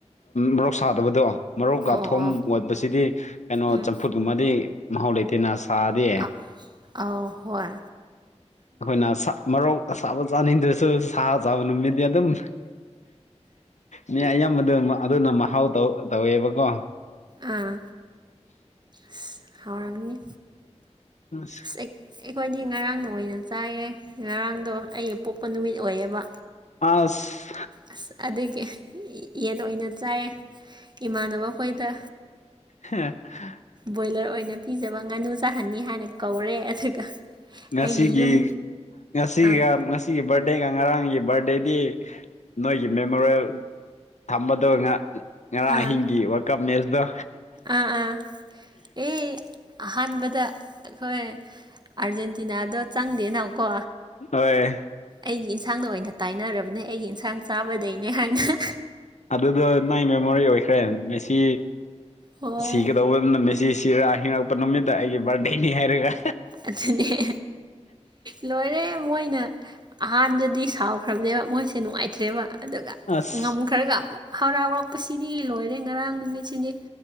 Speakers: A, on the left; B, on the right.
A: ꯃꯔꯣꯛ ꯁꯥꯗꯕꯗꯣ ꯃꯔꯣꯛꯀ
B: ꯑꯣ
A: ꯊꯨꯝ
B: ꯑꯣ ꯑꯣ
A: ꯋꯥꯠꯄꯁꯤꯗꯤ ꯀꯩꯅꯣ
B: ꯎꯝ
A: ꯆꯝꯐꯨꯠ ꯑꯗꯨꯕꯗꯤ ꯃꯍꯥꯎ ꯂꯩꯇꯦꯅ ꯁꯥꯗꯤ
B: ꯑ ꯑꯧ ꯍꯣꯏ
A: ꯑꯩꯈꯣꯏꯅ ꯃꯔꯣꯛ ꯑꯁꯥꯕ ꯆꯥꯅꯤꯡꯗ꯭ꯔꯁꯨ ꯁꯥ ꯆꯥꯕ ꯅꯨꯃꯤꯠꯗꯤ ꯑꯗꯨꯝ ꯃꯤ ꯑꯌꯥꯝꯕꯗ ꯑꯗꯨꯅ ꯃꯍꯥꯎ ꯇꯧ ꯇꯧꯋꯦꯕꯀꯣ
B: ꯑꯥ ꯑꯁ ꯍꯥꯎꯔꯝꯅꯤ
A: ꯑꯁ
B: ꯑꯁ ꯑꯩꯈꯣꯏꯗꯤ ꯉꯔꯥꯡꯅ ꯑꯣꯏꯅ ꯆꯥꯏꯌꯦ ꯉꯔꯥꯡꯗꯣ ꯑꯩ ꯄꯣꯛꯄ ꯅꯨꯃꯤꯠ ꯑꯣꯏꯌꯦꯕ
A: ꯑꯁ
B: ꯑꯁ ꯑꯗꯨꯒꯤ ꯌꯦꯟ ꯑꯣꯏꯅ ꯆꯥꯏꯌꯦ ꯏꯃꯥꯟꯅꯕꯤ ꯈꯣꯏꯗ
A: ꯍ
B: ꯕꯣꯏꯂꯔ ꯑꯣꯏꯅ ꯄꯤꯖꯕ ꯉꯥꯅꯨ ꯆꯥꯍꯟꯅꯤ ꯍꯥꯏꯅ ꯀꯧꯔꯦ ꯑꯗꯨꯒ
A: ꯃꯁꯤꯒꯤ
B: ꯑꯩꯒꯤ ꯌꯨꯝ
A: ꯅꯁꯤꯒꯁꯤ
B: ꯑꯥ
A: ꯁꯤꯒꯤ ꯕꯥꯔꯗꯦꯒ ꯉꯔꯥꯡꯒꯤ ꯕꯥꯔꯗꯦꯗꯤ ꯅꯣꯏꯒꯤ ꯃꯦꯃꯣꯔꯜ ꯊꯝꯕꯗꯣ ꯉ ꯉꯔꯥꯡ
B: ꯑꯥ
A: ꯑꯍꯤꯡꯒꯤ ꯋꯥꯔꯜ ꯀꯞ ꯃꯦꯁꯇꯣ
B: ꯑꯥ ꯑꯥ ꯑꯦ ꯑꯍꯥꯟꯕꯗ ꯑꯩꯈꯣꯏ ꯑꯥꯔꯖꯦꯟꯇꯤꯅꯥꯗ ꯆꯪꯗꯦꯅꯎꯀꯣ
A: ꯍꯣꯏ
B: ꯑꯩꯒꯤ ꯏꯟꯁꯥꯡꯗ ꯑꯣꯏꯅ ꯇꯥꯏꯅꯔꯕꯅꯦ ꯑꯩꯒꯤ ꯏꯟꯁꯥꯡ ꯆꯥꯕꯗꯩꯅꯦ ꯍꯥꯏꯅ
A: ꯑꯗꯨꯗ ꯅꯅꯥꯪꯒꯤ ꯃꯦꯃꯣꯔꯤ ꯑꯣꯏꯈ꯭ꯔꯦ ꯃꯦꯁꯤ
B: ꯍꯣꯏ
A: ꯁꯤꯒꯗꯧꯕꯅ ꯃꯦꯁꯤ ꯆꯤꯔꯥ ꯍꯤꯉꯛꯄ ꯅꯨꯃꯤꯠꯇ ꯑꯩꯒꯤ ꯕꯥꯔꯗꯦꯅꯤ ꯍꯥꯏꯔꯒ
B: ꯑꯗꯨꯅꯦ ꯂꯣꯏꯔꯦ ꯃꯣꯏꯅ ꯑꯍꯥꯟꯕꯗꯤ ꯁꯥꯎꯈ꯭ꯔꯕꯅꯦꯕ ꯃꯣꯏꯁꯦ ꯅꯨꯡꯉꯥꯏꯇ꯭ꯔꯦꯕ ꯑꯗꯨꯒ
A: ꯑꯁ
B: ꯉꯝꯈ꯭ꯔꯒ ꯑꯃꯨꯛ ꯍꯔꯥꯎꯔꯛꯄꯁꯤꯗꯤ ꯂꯣꯏꯔꯦ ꯉꯔꯥꯡ ꯅꯨꯃꯤꯠꯁꯤꯗꯤ